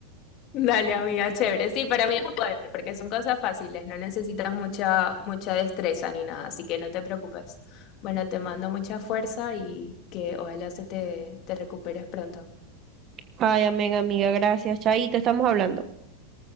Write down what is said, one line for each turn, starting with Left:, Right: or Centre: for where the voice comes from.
Left: Dale, amiga, chévere. Sí, para mí es un poder, porque son cosas fáciles, no necesitas mucha, mucha destreza ni nada, así que no te preocupes. Bueno, te mando mucha fuerza y que ojalá se te, te recuperes pronto.
Right: Ay, amén, amiga, gracias. Chaito, estamos hablando.